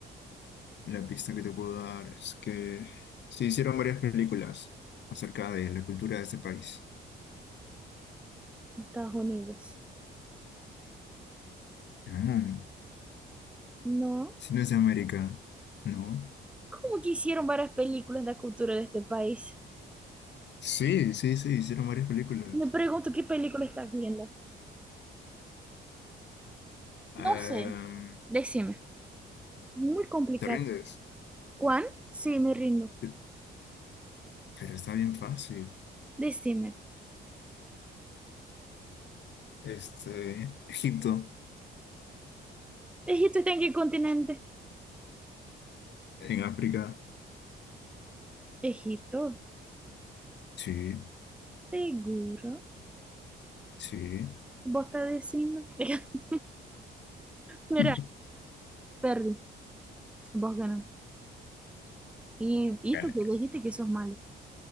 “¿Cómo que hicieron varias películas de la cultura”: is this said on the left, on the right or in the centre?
Centre